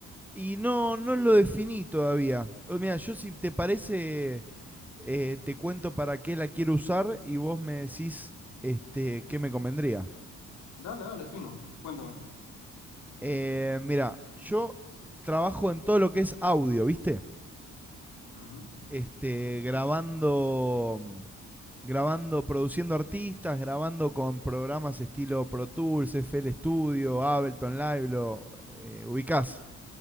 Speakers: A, in the centre; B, on the left.
A: Y no, no lo definí todavía. O, Mira, yo si te parece, eh, te cuento para qué la quiero usar y vos me decís este, qué me convendría.
B: Dale, dale, fino. Cuéntame.
A: Eh, mira, yo trabajo en todo lo que es audio, ¿viste?
B: Ujú.
A: Este, grabando, grabando, produciendo artistas, grabando con programas estilo Pro Tools, FL Studio, Ableton Live, lo eh, ubicás.